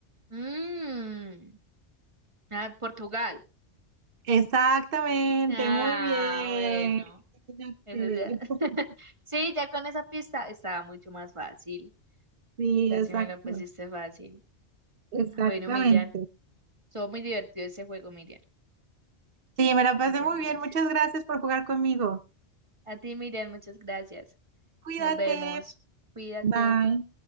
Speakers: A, on the right; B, on the right.
A: Mm, ah, Portugal.
B: exactamente,
A: Ah,
B: muy bien.
A: bueno.
B: Imagínate.
A: Eso ya.
B: <laughs>
A: <laughs> Sí, ya con esa pista estaba mucho más fácil.
B: Sí,
A: Ya
B: exacto,
A: sí me lo pusiste fácil.
B: exactamente.
A: Bueno, Miriam, estuvo muy divertido ese juego, Miriam.
B: Sí, me la pasé
A: Muchas
B: muy bien.
A: gracias.
B: Muchas gracias por jugar conmigo.
A: A ti, Miriam, muchas gracias.
B: Cuídate.
A: Nos vemos. Cuídate.
B: Bye.